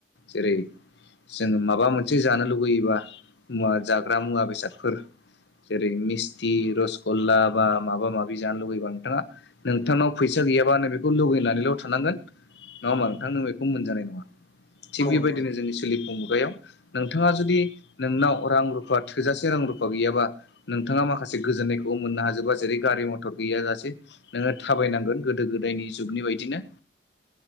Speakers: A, on the left (about 70°); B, on the left (about 45°).
A: जेरै जोङो माबा मोनसे जानो लुुबैयोबा मुवा जाग्रा मुवा बेसादफोर जेरै मिस्थि रसगल्ला बा माबा माबि जानो लुुबैबा नोंथाङा नोंथांनाव फैसा गैयाबा नों बेखौ लुगैनानैल' थानांगोन। नङा होमा नोंथांनो बेखौ मोनजानाय नङा। थिग
B: औ
A: बेबायदिनो
B: नंगौ नोंथां औ नंगौ नोंथां
A: जोंनि सोलिफुं मुगायाव नोंथाङा जुदि नोंनाव रां रुफा थोजासे रां रुफा गैयाबा नोंथाङा माखासे गोजोननायखौबो मोननो हाजोबा जेरै गारि मथर गैयाजासे नोङो थाबायनांगोन गोदो गोदायनि जुगनि बायदिनो